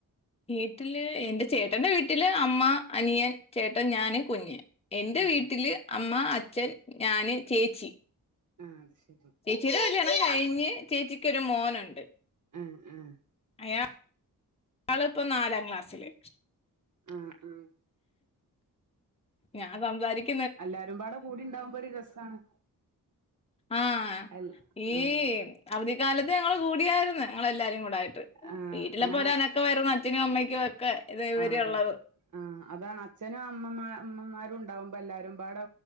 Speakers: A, on the left (about 15°); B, on the right (about 55°).
A: വീട്ടില് എൻ്റെ ചേട്ടന്റെ വീട്ടില് അമ്മ, അനിയൻ, ചേട്ടൻ, ഞാന്, കുഞ്ഞ് എന്റെ
B: ആഹ്
A: വീട്ടില് അമ്മ, അച്ഛൻ, ഞാന് ചേച്ചി
B: ആഹ് അത് ശെ
A: ചേച്ചിടെ കല്യാണം കഴിഞ്ഞ് ചേച്ചിക്കൊരു മോനുണ്ട്
B: ആഹ് ആഹ്
A: അയാ ള് ഇപ്പ നാലാം ക്ലാസ്സില്
B: ആഹ് ആഹ്
A: ഞാൻ സംസാരിക്ക്
B: അല്ലാരും പാടെ കൂടി ഇണ്ടാവുമ്പ ഒര് രസാണ്
A: ആഹ്
B: അൽ
A: ഈ
B: ആഹ്
A: അവധിക്കാലത്ത് ഞങ്ങള് കൂടിയായിര്ന്ന് ഞങ്ങളെല്ലാരും കൂടെ ആയിട്ട്
B: ആഹ്
A: വീട്ടിലപ്പ
B: അങ്ങനെ
A: ഒര് അനക്കവായിരുന്നു അച്ഛനും അമ്മയ്ക്കു ഒക്കെ ഇത് ഇവര്
B: ആഹ് അതെ
A: ഉള്ളത്
B: ആഹ് അതാണ് അച്ഛനും അമ്മമാ അമ്മമാരും ഉണ്ടാവുമ്പൊ എല്ലാരുംപാടെ